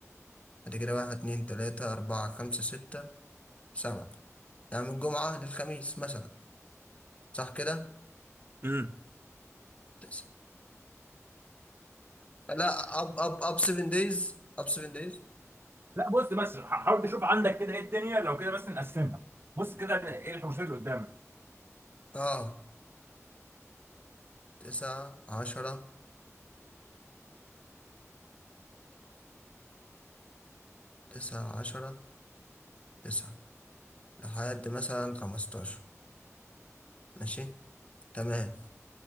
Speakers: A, on the left; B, on the right.
A: بعد كده واحد اتنين تلاتة أربعة خمسة ستة سبعة يعني من الجمعة للخميس مثلا صح كده؟
B: امم
A: تس- لا أب أب أب سفن دايز أب سفن دايز
B: لا بص بس ح- حاول تشوف عندك كده ايه الدنيا لو كده بس نقسمها بص كده ايه الحوشات اللي قدامك
A: اه تسعة عشرة تسعة عشرة تسعة لحد مثلا خمستاشر ماشي تمام